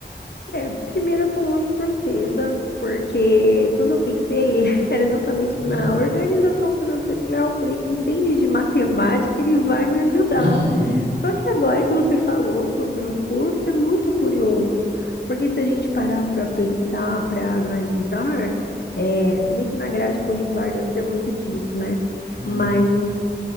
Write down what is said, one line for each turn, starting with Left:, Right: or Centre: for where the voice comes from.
Left: É, primeiro eu tô muito surpresa, porque quando eu pensei, <laughs> era justamente
Right: Hum,
Left: na organização financeira. Eu Falei, ah, o Felipe entende de matemática, ele vai me ajudar.
Right: <laughs> hum,
Left: Só que agora que você falou sobre o curso, é muito curioso, porque se a gente parar para pensar, para analisar, é, se bem que na grade curricular deve ter muito disso, né?
Right: hum,
Left: Mas